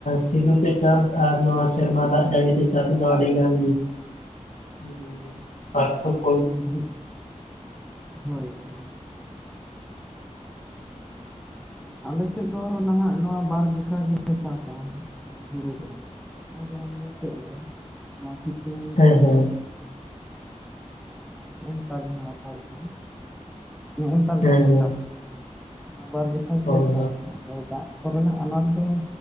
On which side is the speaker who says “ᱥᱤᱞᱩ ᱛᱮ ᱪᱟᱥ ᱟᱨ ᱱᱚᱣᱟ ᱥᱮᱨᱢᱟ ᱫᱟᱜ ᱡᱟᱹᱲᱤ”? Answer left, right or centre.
Left